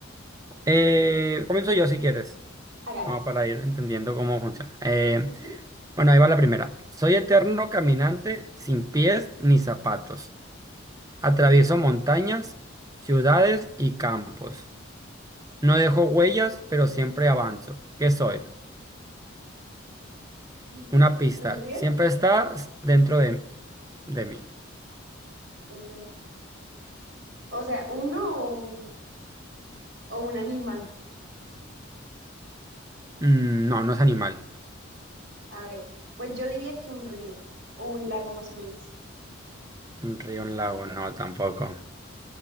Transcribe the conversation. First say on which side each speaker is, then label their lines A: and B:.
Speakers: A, on the right; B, on the right.
A: Eh, comienzo yo si quieres,
B: Hágale.
A: como para ir entendiendo cómo funciona. Eh,
B: Ujú.
A: Bueno, ahí va la primera. Soy eterno caminante sin pies ni zapatos. Atravieso montañas, ciudades y campos. No dejo huellas, pero siempre avanzo. ¿Qué soy?
B: Mm.
A: Una pista.
B: ¿Un río?
A: Siempre estás dentro de, de mí.
B: Entonces, o sea, ¿uno o, o un animal?
A: Mm, no, no es animal.
B: A ver, pues yo diría que un río o un lago más o menos.
A: Un río, un lago, no, tampoco.